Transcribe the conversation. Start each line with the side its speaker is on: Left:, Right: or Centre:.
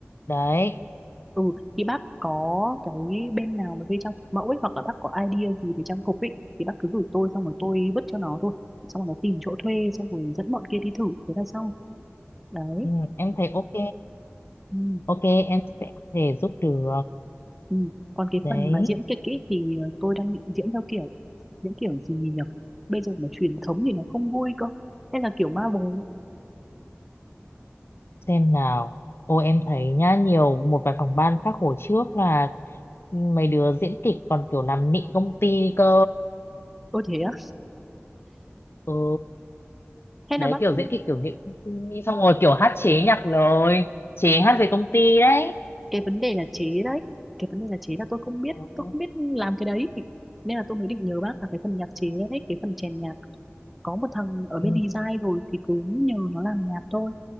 Left: đấy
Centre: ừ thì bác có cái bên nào mà thuê trang phục mẫu ấy hoặc là bác có idea gì về trang phục ấy thì bác cứ gửi tôi xong rồi tôi vứt cho nó thôi xong rồi nó tìm chỗ thuê xong rồi dẫn bọn kia đi thử thế là xong đấy
Left: Ừ, em thấy ok
Centre: ừ.
Left: ok em sẽ có thể giúp được
Centre: Ừ. còn cái
Left: đấy
Centre: phần mà diễn kịch ấy thì ờ, tôi đang định diễn theo kiểu diễn kiểu gì nhỉ bây giờ mà truyền thống thì nó không vui cơ hay là kiểu ma bồ
Left: xem nào ô em thấy nhá nhiều một vài phòng ban khác hồi trước là mấy đứa diễn kịch còn kiểu làm nịnh công ty cơ
Centre: ôi thế á
Left: ừ
Centre: hay
Left: đấy
Centre: là bác
Left: kiểu
Centre: ừ,
Left: diễn kịch kiểu nịnh công ty xong rồi kiểu hát chế nhạc lời chế hát
Centre: ừ,
Left: về công ty đấy
Centre: cái vấn đề là chế đấy cái vấn đề là chế là tôi không biết
Left: ừ.
Centre: tôi không biết làm cái đấy nên là tôi mới định nhờ bác là cái phần nhạc chế đấy cái phần chèn nhạc có một thằng ở
Left: Ừ.
Centre: bên design rồi thì cứ nhờ nó làm nhạc thôi